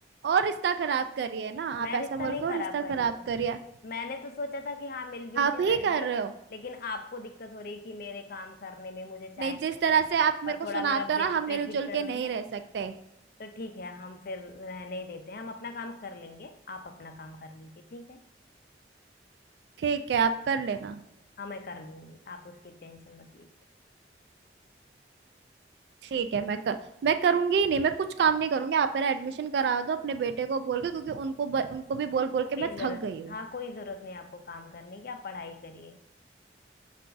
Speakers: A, on the right (about 60°); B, on the left (about 50°).
A: और रिश्ता खराब करिए ना
B: मैं
A: आप ऐसा
B: रिश्ता
A: बोल
B: नहीं
A: के और
B: खराब
A: रिश्ता
B: कर
A: खराब
B: रही हूँ
A: करिए
B: मैंने तो सोचा था कि हाँ मिलजुल
A: आप
B: के
A: ही
B: रहेंगे
A: कर रहे हो
B: लेकिन आपको दिक्कत हो रही कि मेरे काम करने में मुझे चाय
A: नहीं
B: देने
A: जिस तरह
B: में
A: से आप मेरे
B: और
A: को
B: थोड़ा
A: सुनाते
B: मेरा
A: हो
B: बिस्तर
A: ना हम मिलजुल
B: ठीक करने
A: के नहीं
B: में
A: रह सकते
B: तो ठीक है हम फिर रहने ही देते हैं हम अपना काम कर लेंगे आप अपना काम कर लीजिए ठीक है
A: ठीक है आप कर लेना
B: हाँ मैं कर लूंगी आप उसकी टेंशन मत लीजिए
A: ठीक है मैं कर मैं करूंगी ही नहीं मैं कुछ काम नहीं करूंगी आप मेरा एडमिशन करा दो अपने बेटे को बोल के क्योंकि उनको ब, उनको भी बोल बोल
B: कोई
A: के मैं
B: जरूरत
A: थक गई
B: नहीं
A: हूँ
B: हाँ कोई जरूरत नहीं आपको काम करने की आप पढ़ाई करिए